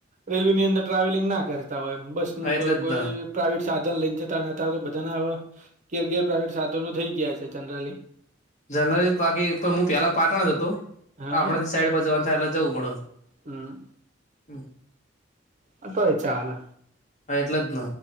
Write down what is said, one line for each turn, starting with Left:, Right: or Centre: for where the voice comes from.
Right: રેલવે ની અંદર ટ્રાવેલિંગ ના કરતા હોય બસ નુંકો
Left: હા એટલે જ
Right: કોઈ
Left: ને.
Right: પ્રાઇવેટ સાધન લઈને જતા તો બધાના હવે ઘેર ઘેર પ્રાવેટ સાધનો થઈ ગયા છે જનરલી
Left: જનરલી બાકી પણ હું પેલા પાટણ જ હતો
Right: હા
Left: હમણાંથી સાઈડ પર જવાનું થાય એટલે જવું પડે
Right: હમ્મ
Left: હમ
Right: અ તોય ચાલે
Left: હા એટલે જ ન